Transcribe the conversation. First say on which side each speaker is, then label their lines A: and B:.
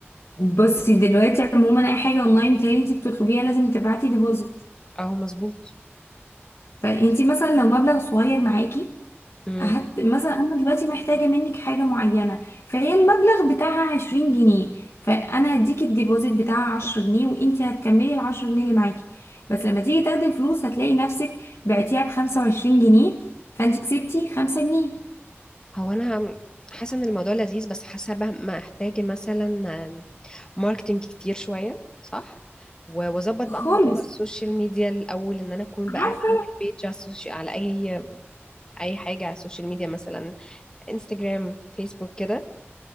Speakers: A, on the left; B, on the left.
A: بصي دلوقتي عموما اي حاجة اونلاين تاني انت بتطلبيها لازم تبعتي ديبوزيت
B: اه مظبوط
A: فانت مثلا لو مبلغ صغير معاكي
B: امم
A: هت... مثلا انا دلوقتي محتاجه منك حاجه معينه فهي المبلغ بتاعها 20 جنيه فانا هديكي الديبوزيت بتاعها 10 جنيه وانتي هتكملي ال 10 جنيه اللي معاكي بس لما تيجي تاخدي الفلوس هتلاقي نفسك بعتيها ب 25 جنيه فانت كسبتي 5 جنيه
B: هو انا حاسة ان الموضوع لذيذ بس حاسة بقى محتاجة مثلا ماركتينج كتير شوية صح و- واظبط
A: خالص
B: بقى موضوع السوشيال ميديا الاول ان انا اكون بقى
A: عارفه
B: اعمل بيج على السوشيال على اي اي حاجة على السوشيال ميديا مثلا انستجرام فيسبوك كده